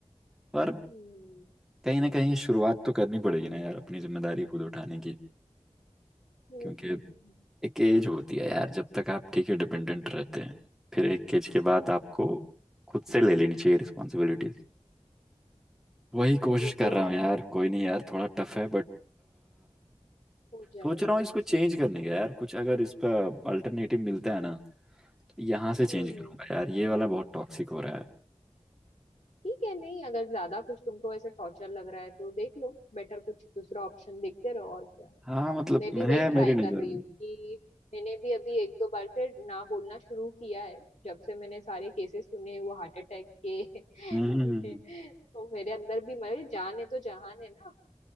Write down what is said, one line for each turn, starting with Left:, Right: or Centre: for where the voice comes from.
Centre: पर
Left: हम्म
Centre: कहीं ना कहीं शुरुआत तो करनी पड़ेगी ना यार अपनी जिम्मेदारी खुद उठाने की
Left: हम्म,
Centre: क्योंकि
Left: हम्म,
Centre: एक एज होती है यार जब तक आप ठीक है डिपेंडेंट रहते हैं फिर एक एज के बाद आपको खुद से ले लेनी चाहिए रिस्पॉन्सिबिलिटीज वही कोशिश
Left: वो
Centre: कर
Left: तो
Centre: रहा
Left: है
Centre: हूँ यार कोई नहीं यार थोड़ा टफ है बट
Left: हो जाएगा
Centre: सोच रहा हूँ इसको चेंज करने का यार कुछ अगर इस पर अल्टरनेटिव मिलता है ना तो यहाँ से चेंज
Left: हम्म
Centre: करूंगा यार ये वाला बहुत टॉक्सिक हो रहा है
Left: ठीक है नहीं अगर ज्यादा कुछ तुमको ऐसे टॉर्चर लग रहा है तो देख लो बेटर कुछ दूसरा ऑप्शन देखते रहो और क्या
Centre: हाँ मतलब
Left: मैं भी वही
Centre: है मेरी
Left: ट्राई
Centre: नज़र
Left: कर रही
Centre: में
Left: हूँ कि मैंने भी अभी एक दो बार से ना बोलना शुरू किया है जब से मैंने सारे केसेस सुने वो हार्ट अटैक के
Centre: हम्म हम्म, हम्म,
Left: <laughs>
Centre: हम्म।
Left: तो मेरे अंदर भी मेरे जान है तो जहान है ना